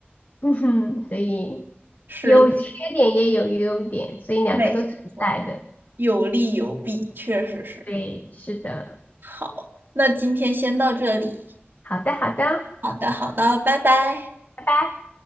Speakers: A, on the left; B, on the right.
A: 嗯哼，所以
B: 是的，
A: 有缺点也有优点，所以两个都存在的。
B: 没错，有利有弊，确实是。
A: 对，是的。
B: 好，那今天先到这里。
A: 好的，好的，
B: 好的，好的，拜拜。
A: 拜拜。